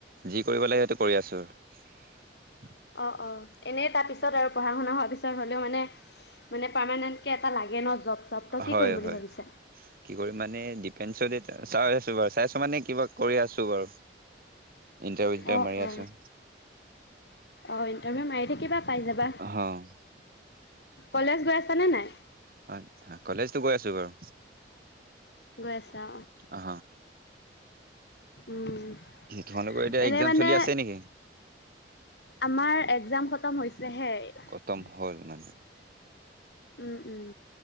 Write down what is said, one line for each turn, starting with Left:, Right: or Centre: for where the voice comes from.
Right: যি কৰিব লাগে সেইটো কৰি আছো আৰু
Left: অ অ এনেই তাৰ পিছত আৰু পঢ়া শুনা হোৱাৰ পিছত হ'লেও মানে মানে পাৰমানেন্ট কেে এটা লাগে ন জব চব ত কি
Right: হয়
Left: কৰিম বুলি
Right: হয়
Left: ভাবিছা
Right: কি কৰি মানে ডিপেন্ঞ্চ চাই আছো বাৰু চাইছো মানে কিবা কৰি আছোঁ বাৰু ইটাৰ ইন্টাৰ
Left: অ
Right: মি
Left: অ
Right: আছো
Left: অ ইণ্টাৰভিউ মাৰি থাকিবা পাইজাবা
Right: অ
Left: কলেজ গৈ আছ নে নাই
Right: হয় কলেজটো গৈ আছো বাৰু
Left: গৈ আছা
Right: অ
Left: উম
Right: তোমালোকৰ এতিয়া
Left: এনেই
Right: এক্জাম
Left: মানে
Right: চলি আছে নেকি
Left: আমাৰ এক্জাম খতম হৈছেড়্যণণণণ্ড্ৰ
Right: খতম
Left: সহে
Right: হ'ল মানে
Left: উম উম